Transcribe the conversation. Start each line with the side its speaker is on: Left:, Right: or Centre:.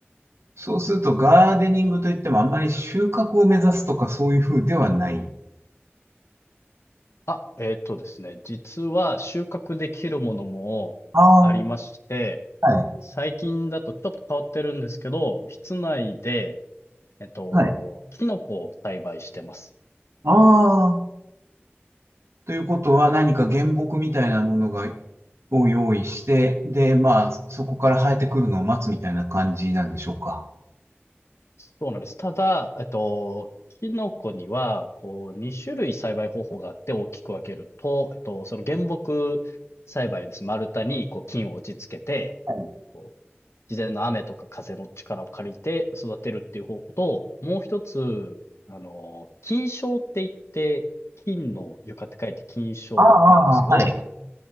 Right: そうすると、ガーデニングといっても、あんまり収穫を目指すとか、そういう風ではない。
Left: あ、えっとですね。実は収穫できるものもありまして、
Right: ああ、はい、
Left: 最近だとちょっと変わってるんですけど、室内で、えっと、
Right: はい。
Left: キノコを栽培してます。
Right: ああ。ということは、何か原木みたいなものが、を用意して、で、まあ、そこから生えてくるのを待つみたいな感じなんでしょうか。
Left: そうなんです。ただ、えっと、キノコには、こう、2種類栽培方法があって大きく分けると、えっと、その原木栽培です。丸太に、こう、菌を打ち付けて、
Right: はい。
Left: こう、自然の雨とか風の力を借りて育てるっていう方法と、もう一つ、あの、菌床って言って、菌の床って書いて菌床なんですけど、
Right: ああ、ああはい。